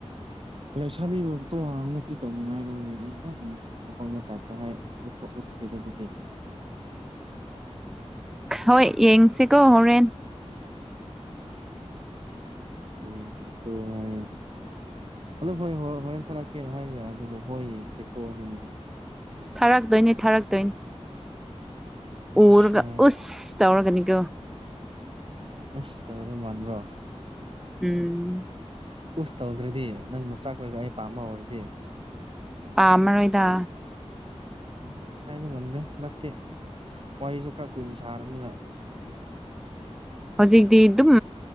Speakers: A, on the right (about 55°); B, in the centre.
A: ꯂꯩꯁꯥꯕꯤꯕꯣꯇꯣ ꯍꯥꯡꯕꯅ ꯀꯔꯤ ꯇꯧꯅꯤꯡꯉꯥꯏꯔꯣꯦ ꯑꯩ ꯌꯥꯝꯃꯨꯛ ꯑꯄꯥꯪꯕ ꯇꯇ ꯍꯥꯏꯄ ꯎꯠꯈ꯭ꯔꯤꯗꯗꯨꯗꯤ
B: ꯍꯣꯏ ꯌꯦꯡꯁꯤꯀꯣ ꯍꯣꯔꯦꯟ
A: ꯌꯦꯡꯁꯤꯀꯣ ꯍꯥꯏꯅꯦ ꯑꯗꯨ ꯍꯣꯏ ꯍ ꯍꯣꯔꯦꯟ ꯊꯥꯔꯛꯀꯦꯅ ꯍꯥꯏꯕ ꯌꯥꯏ ꯑꯗꯨꯕꯨ ꯍꯣꯏ ꯌꯦꯡꯁꯤꯀꯣ ꯁꯤꯅꯤ
B: ꯊꯥꯔꯛꯇꯣꯏꯅꯤ ꯊꯥꯔꯛꯇꯣꯏꯅꯤ
A: ꯑꯠꯁꯥ
B: ꯎꯔꯒ ꯎ ꯇꯧꯔꯒꯅꯤ ꯀꯣ
A: ꯑꯁ ꯇꯕ ꯑꯗꯨ ꯃꯥꯟꯕ꯭ꯔꯣ
B: ꯎꯝ
A: ꯎꯁ ꯇꯧꯗ꯭ꯔꯗꯤ ꯅꯪꯕꯨ ꯆꯠꯈ꯭ꯔꯒ ꯑꯩ ꯄꯥꯝꯕ ꯍꯧꯔꯗꯤ
B: ꯄꯥꯝꯃꯔꯣꯏꯗ
A: ꯎꯝ ꯍꯥꯏꯕ ꯉꯝꯗꯦ ꯍꯟꯗꯛꯇꯤ ꯋꯥꯔꯤꯁꯨ ꯈꯔ ꯀꯨꯏꯅ ꯁꯥꯔꯕꯅꯤꯅ
B: ꯍꯧꯖꯤꯛꯇꯤ ꯑꯗꯨꯝ